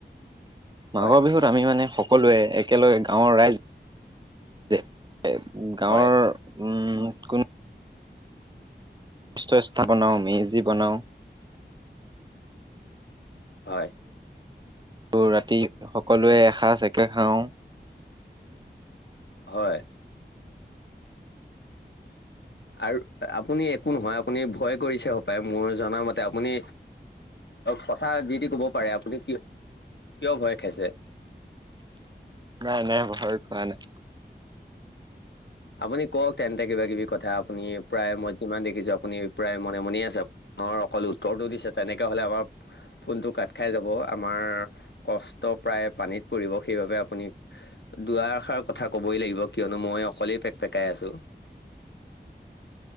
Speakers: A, on the right (about 25°); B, on the left (about 75°).
A: মাঘৰ
B: হয়
A: বিহুত আমি মানে সকলোৱে একেলগে গাঁৱৰ ৰাইজ গাঁৱৰ
B: হয়
A: উ কোনো <unintelligible> বনাও মেজি বনাওঁ।
B: হয়
A: আৰু ৰাতি সকলোৱে এসাঁজ একে খাওঁ।
B: হয় আৰু আপুনি একো নহয় আপুনি ভয় কৰিছে হপায় মোৰ জনা মতে আপুনি কথা যি তি ক'ব পাৰে আপুনি কিয় ভয় খাইছে।
A: নাই নাই ভয় খোৱা নাই।
B: আপুনি কওক তেন্তে কিবা কিবি কথা আপুনি প্ৰায় মই যিমান দেখিছো আপুনি প্ৰায় মনে মনে আছে আনৰ অকল উত্তৰটো দিছে তেনেকে হলে আমাৰ ফোনটো কাট খাই যাব, আমাৰ কষ্ট প্ৰায় পানীত পৰিব, সেইবাবে আপুনি দুৱাআশাৰ কথা কবই লাগিব কিয়নো মই অকলেই পেক পেকাই আছো।